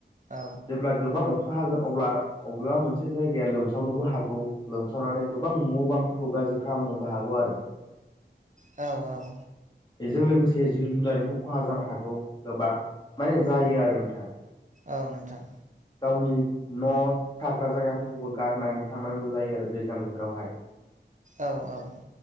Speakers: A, on the right; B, on the left.
A: औ
B: जेब्ला गोबां अ खा हागोन अब्ला अबेबा मोनसे जायगाया लोमसावनोबो हागौ। लोमसावनानै गोबां न' बांफोरखौ गा ज्रि खालामनोबो हागौ आरो।
A: औ औ
B: बेजों लोगोसे जिब जुनारनिबो खहा जानो हागौ गोबां। माने जायो आरो नोंथां।
A: औ नोंथां
B: गावनि न' थाग्रा जायगाफोरखौबो गारनानै थांनांगौ जायो आरो दैज्लां बोथोरावहाय।
A: औ औ